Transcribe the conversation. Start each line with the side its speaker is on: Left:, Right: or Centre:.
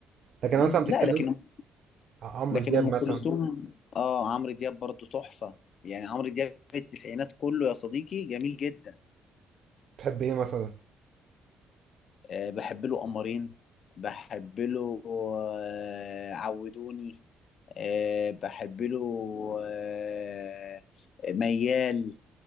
Right: لكن أنا
Left: مم.
Right: مثلا بتتكلم
Left: لا لكن
Right: عمرو
Left: لكن
Right: دياب
Left: ام
Right: مثلا
Left: كلثوم اه عمرو دياب برضو تحفة يعني عمرو دياب التسعينات كله يا صديقي جميل جدا
Right: بتحب ايه مثلا
Left: أه بحب له قمرين بحب له آه عودوني أه بحب له آه ميال